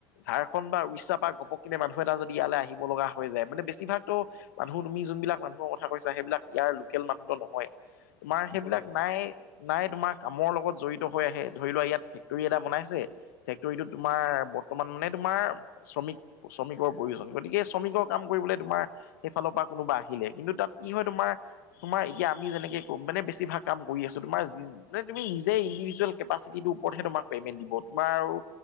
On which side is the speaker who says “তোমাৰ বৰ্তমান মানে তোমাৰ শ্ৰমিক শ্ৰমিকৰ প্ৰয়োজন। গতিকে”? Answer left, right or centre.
Left